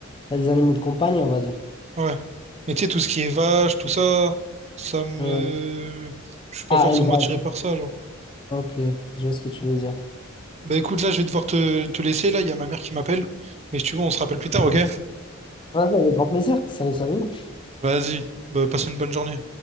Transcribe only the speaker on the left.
ça, des animaux de compagnie, on va dire.
Hmm.
Ah,
élevage.
Ok, je vois ce que tu veux dire.
Vas-y, avec grand plaisir. Salut, salut.